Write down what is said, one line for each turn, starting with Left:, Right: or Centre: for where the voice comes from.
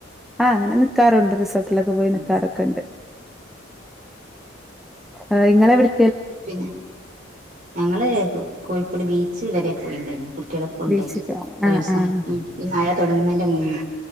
Centre: ആ അങ്ങനെ നിക്കാറുണ്ട് റിസോർട്ടിലൊക്കെ പോയി
Right: ഉം
Centre: നിക്കാറൊക്കെ ഉണ്ട് ആ് ഇങ്ങളെ എവിടെ
Right: പിന്നെ ഞങ്ങള് കോഴിക്കോട് ബീച്ച് വരെ പോയിണ്ടായിരുന്നു എളപ്പുണ്ട്
Centre: ബീച്ച്ക്ക്
Right: ഒരു
Centre: ആഹ്
Right: ദിവസം
Centre: ആഹ്
Right: മ തുടങ്ങുന്നതിന്റെ മുന്നേ